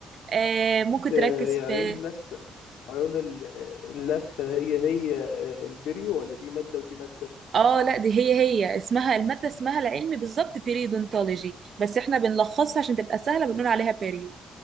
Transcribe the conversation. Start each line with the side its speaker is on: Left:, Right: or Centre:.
Right: آه ممكن
Left: آه،
Right: تركز
Left: هي عيون
Right: في
Left: اللثة عيون ال- اللثة هي هي آه، البريو ولا دي مادة ودي مادة؟
Right: اه لا دي هي هي اسمها الماده اسمها العلمي بالظبط بيريودونتولوجي بس احنا بنلخصها عشان تبقى سهله بنقول عليها بيريو